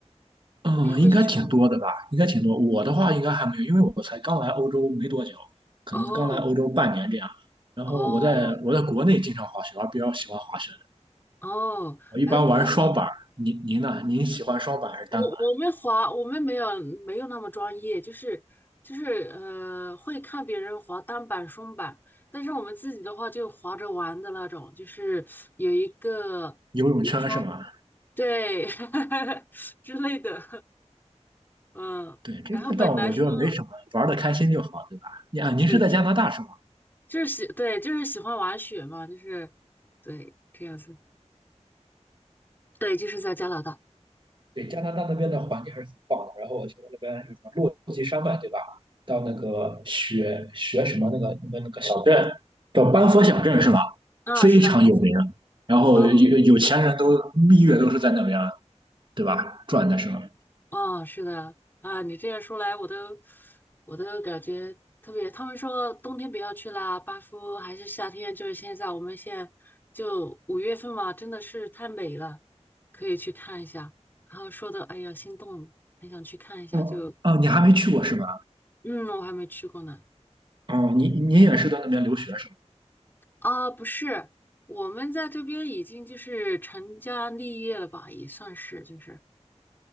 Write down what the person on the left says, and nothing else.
你会去滑？
哦
哦
哦，
哎，国内。
我我们滑，我们没有没有那么专业，就是就是呃，会看别人滑单板、双板，但是我们自己的话就滑着玩的那种，就是有一个，
比如说对 <laughs> 之类的，嗯，
然后本来说
对对，就是喜对就是喜欢玩雪嘛，就是对这样子，对，就是在加拿大，
嗯，
是的，巴斯
嗯
啊，是的啊，你这样说来，我都我都感觉特别。他们说冬天不要去啦，班夫还是夏天，就是现在，我们现在就五月份嘛，真的是太美了，可以去看一下。然后说的，哎呀，心动，很想去看一下。
就
嗯，我还没去过呢。
啊，不是，我们在这边已经就是成家立业了吧，也算是就是。